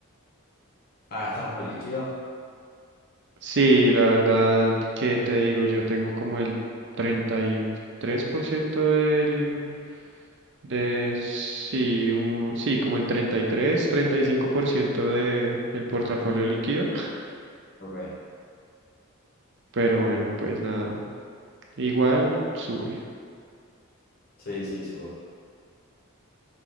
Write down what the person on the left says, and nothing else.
Ah, estás muy líquido.
Ok.
Sí, sí, sube.